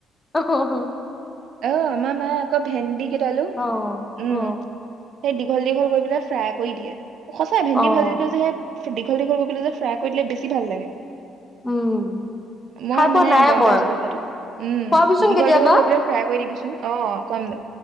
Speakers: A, on the left (about 20°); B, on the right (about 70°).
A: হ হ
B: অ আমাৰ মায়ে আকৌ ভেন্দি কেইটালো
A: অহ,
B: উম
A: অহ,
B: সেই দীঘল দীঘল কৰি পেলাই ফ্ৰাই কৰি দিয়ে সঁচাই ভেন্দি
A: অহ,
B: ভাজিে যে সেই দীঘল-দীঘল কৰি পেলাই যে ফ্ৰাই কৰি দিলে বেছি ভাল লাগে।
A: উম,
B: মই
A: খাই পোৱা
B: মানে
A: নাই
B: গম
A: মই
B: পাইছো কথাটো উম
A: খোৱাবিচোন
B: দীঘল
A: কেতিয়াবা।
B: দীঘল কৈ পেলাই কৈ দিবিচোন অ কম দে